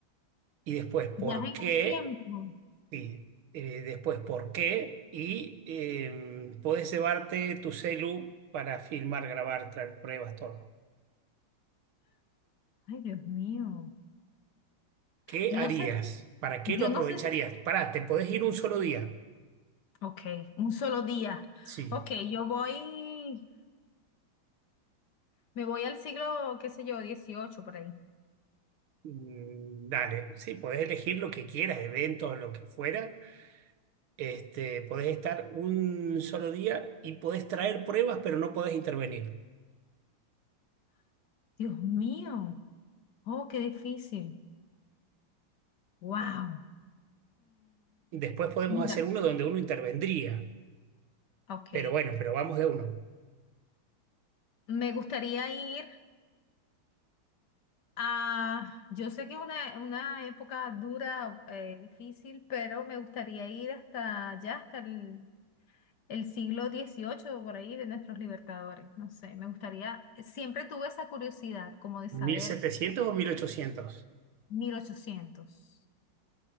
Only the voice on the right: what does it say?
Y después, ¿por
qué?
Sí, eh, después por qué y eh, podés llevarte tu celu para filmar, grabar, traer pruebas, todo.
¿Qué
harías?
¿Para qué
lo aprovecharías?
Pará, te podés ir un solo día.
Sí,
Mm, dale, sí, podés elegir lo que quieras, eventos, lo que fuera. Este, podés estar un solo día y podés traer pruebas, pero no podés intervenir.
Después podemos
hacer uno donde uno intervendría,
pero bueno, pero vamos de uno.
mil
setecientos o 1800.